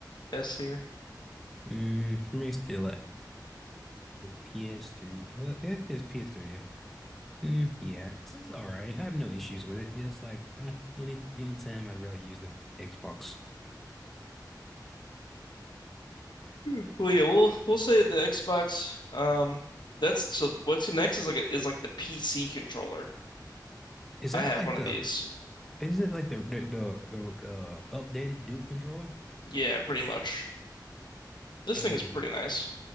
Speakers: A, on the left (about 85°); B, in the centre.
A: S here.
B: Mm, for me, it's still a, PS3. Well, It is PS3, yeah. Mm, yeah, it's, it's all right. I have no issues with it. Just like eh, any anytime, I'd rather use the Xbox.
A: Hmm. Well, yeah, we'll we'll say the Xbox. Um, that's so. What's next is like a, is like the PC controller.
B: Is
A: I
B: that
A: have
B: like
A: one of
B: the
A: these.
B: Isn't it like the the the, the uh, updated Duke controller?
A: Yeah, pretty much. This
B: And
A: thing is pretty nice.